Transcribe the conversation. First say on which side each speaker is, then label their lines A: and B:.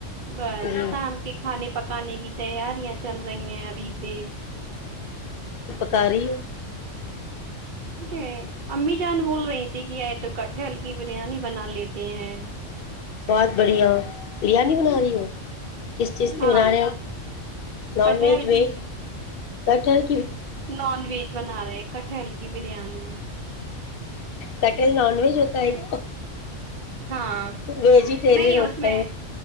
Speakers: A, on the right (about 45°); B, on the left (about 55°).
A: بس
B: جی
A: سام کی کھانے پکانے کی تیاریاں چل رہی ہیں ابھی سے
B: خاریی
A: جی امی جان بول رہی کیا ہے تو ک ہلکی بریانی بنا لیتے ہیں
B: بہت بڑھیا بریانی بنا رہی ہو کس چیز کی
A: ہاں
B: بنا رہے آپ نان
A: کٹہل
B: ویج ویج
A: کی
B: کٹھن
A: نان ویج بنا رہے ہیں کٹل کی بریانی
B: کٹر نان ویج ہوتا ہے گ
A: ہاں
B: ویجیٹیرین
A: نہیں اس
B: ہوتا
A: میں
B: ہے